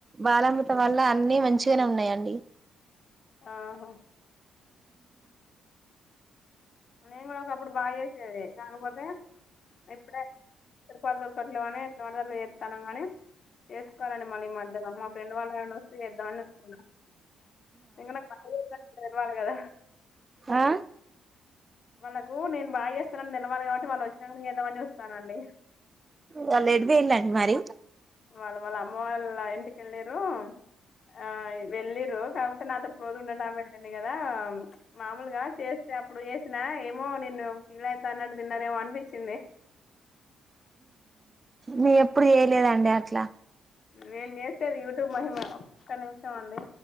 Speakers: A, on the right; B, on the left.
A: బాలామృతం
B: ఉమ్,
A: వల్ల అన్ని మంచి చిగా నే ఉన్నాయండి
B: ఆహా నేను కూడా ఒకప్పుడు బా చేసేది కాకపోతే ఇప్పుడే పలు దొరకట్లులేవు అని వర్ దళ్ <unintelligible> చేతనం గాని చేసుకోలండి మళ్ళీ ఈ మధ్యలో మా ఫ్రెండ్ వాళ్ళు గాండ్లు వస్తే చేద్దాం అని చు ఇంగ నా పల్ <unintelligible> తెల్ వాల్ కద
A: ఆ
B: వాళ్ళలకు నేను బాచే వస్త రన్ తెల్ వాల్ కాబట్టి వాళ్ళు వచ్ నంక్ చేద్దామని చూస్తానండి
A: వాళ్ళు ఎటు పోయిల్లండి మరి
B: వాళ్ళు వాళ్ళ అమ్మ వాళ్ళ ఇంటిక్ ఎళ్ళిరు ఆ వెళ్ళిరు కాబట్ నాతో క్లోస్ ఉన్నటమే అండ్ <unintelligible> నే కదా చ్ మామూలుగా చేస్తే అప్పుడు చేసినా ఏమో నిేన్న ఫీల్ అయితాన్నట్టు తిన్నారేమో అన్ అనిపిచింది
A: మీ ఎప్పుడ్ చేయిలేదండి అట్లా
B: నేన్ చేసేది యూట్యూబ్ మహిమ ఒక్క నిమిషం అండి